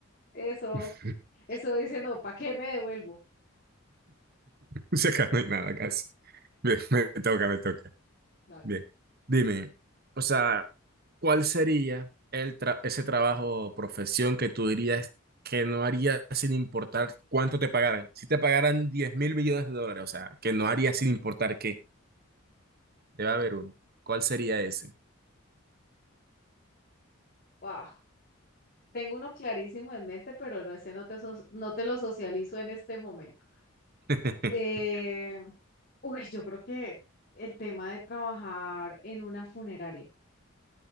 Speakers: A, on the left; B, on the right.
A: Eso,
B: <laughs>
A: eso dice, no, ¿para qué me devuelvo?
B: O sea, acá <laughs> no hay nada casi. Bien, <laughs> me toca, me toca.
A: Dale.
B: Bien. Dime, o sea, ¿cuál sería el tra- ese trabajo o profesión que tú dirías que no harías sin importar cuánto te pagaran? Si te pagaran diez mil millones de dólares, o sea, que no harías sin importar qué, debe haber uno. ¿Cuál sería ese?
A: Wow. Tengo uno clarísimo en mente, pero no, ese no te, so- no te lo socializo en este momento.
B: <laughs>
A: Eh, uy, yo creo que el tema de trabajar en una funeraria,